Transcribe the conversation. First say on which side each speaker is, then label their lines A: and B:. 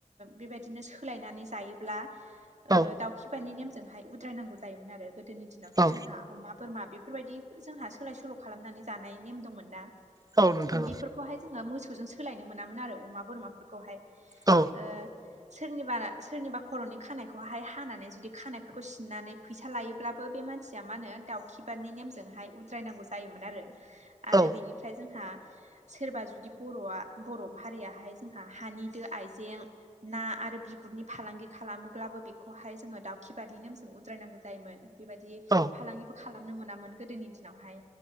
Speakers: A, on the right; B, on the right.
A: बेबायदिनो सोलायनानै जायोब्ला
B: औ
A: ओ दाउखिबारानि नेमजोंहाय उद्रायनांगौ जायोमोन आरो गोदोनि दिनावथ'
B: औ
A: जोंहा अमा बोरमा बे फोरबायदि जोंहा सोलाय सोल' खालामनानै जानाय नेम दंमोन ना।
B: औ नोंथां
A: बेफोरखौहाय जोङो मोसौजों सोलायनो मोनामोन आरो अमा बोरमाफोरखौहाय
B: औ
A: ओ सोरनिबा सोरनिबा खर'नि खानायखौहहाय हानानै जुदि खानायफोरखौ सिननानै फैसा लायोब्ला बे मानसिया मा होनो दाउखि बारनि नेमजोंहाय उद्रायनांगौ जायोमोन आरो। आरो
B: औ
A: बिनिफ्राय जोंहा सोरबा जुदि बर'आ बर' हारियाहाय जोंहा हानिदो आइजें ना आरो बिगुरनि फालांगि खालामोब्लाबो बेखौहाय जोङो दाउखि बारनि नेम जों उद्रायनांगौ जायोमोन। बेबायदि
B: औ
A: फालांगिबो खालामनो मोनामोन गोदोनि दिनावहाय